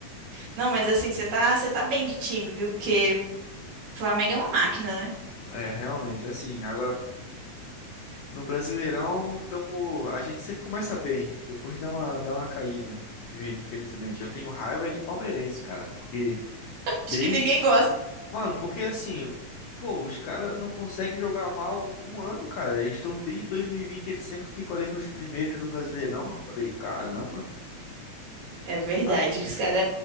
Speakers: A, on the right; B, on the left.
A: Não, mas assim, você tá, você tá bem de time, viu? Porque Flamengo é uma máquina, né?
B: É, realmente, assim, agora. No Brasileirão, tamo, a gente sempre começa bem, depois dá uma, dá uma caída, infe- infelizmente. Eu tenho raiva de palmeirense, cara, porque desde.
A: Acho que ninguém gosta.
B: Mano, porque assim, pô, os caras não conseguem jogar mal um, um ano, cara. Eles estão desde 2020, eles sempre ficam ali nos primeiros do Brasileirão. Eu falei, caramba,
A: É verdade,
B: ah,
A: que os cara,